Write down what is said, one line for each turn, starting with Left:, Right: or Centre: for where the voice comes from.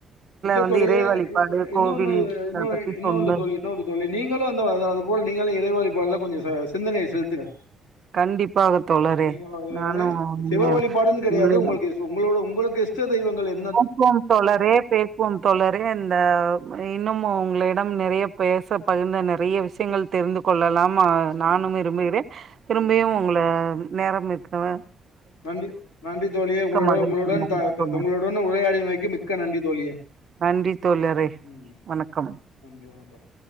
Left: இல்ல
Right: வந்து
Left: தோழியே
Right: இறை வழிபாடு
Left: <unintelligible>
Right: கோவில்
Left: இன்னொன்னு
Right: இத
Left: இன்னொ
Right: பத்தி
Left: இன்னொன்டு
Right: சொன்ன
Left: தோழி <unintelligible> தோழி நீங்களு அந்த அது அது போல நீங்களு இறைவழிபாடுல கொஞ்ச ச சிந்தனைைய செலுத்துங்க
Right: கண்டிப்பாக தோழரே
Left: நீங்களு இதுவது
Right: நானு <unintelligible>
Left: சிவ வழிபாடுன்னு கெடையாது உங்களுக்கு உங்களோட உங்களுக்கு இஷ்ட தெய்வங்கள் எத்
Right: <unintelligible> ம் தோழரே பேஸ் போம் தோழரே இந்த இன்னு உங்களிடம் நெறைய பேச பகிர்ந்த நெறைய விஷயங்கள் தெரிந்து கொள்ளலாம் அ நானும்
Left: ம்
Right: விரும்புகிறேன் திரும்பியு
Left: ம்
Right: உங்கள நேரம் இருக்கவ
Left: நன்றி நன்றி தோழியே உங்களோட
Right: மகிழ்ச்சி
Left: உங்களுடன்
Right: நன்றி தோழர்
Left: <unintelligible> உரையாடிமைக்கு மிக்க நன்றி தோழியே
Right: நன்றி தோழரே
Left: ம்
Right: வணக்கம்
Left: நன்றி வணக்கம்